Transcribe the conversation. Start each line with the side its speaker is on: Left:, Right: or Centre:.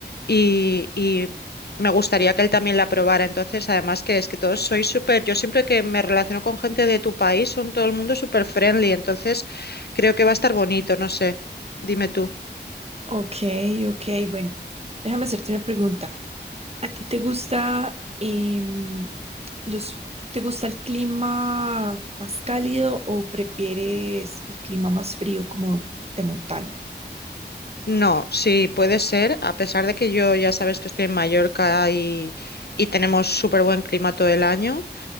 Left: y, y me gustaría que él también la probara. Entonces, además que es que todos sois súper, yo siempre que me relaciono con gente de tu país, son todo el mundo súper friendly, entonces creo que va a estar bonito, no sé, dime tú.
Right: Ok, ok, bueno, déjame hacerte una pregunta. ¿A ti te gusta em, los, te gusta el clima más cálido o prefieres el clima más frío como de montaña?
Left: No, sí, puede ser, a pesar de que yo ya sabes que estoy en Mallorca y, y tenemos súper buen clima todo el año,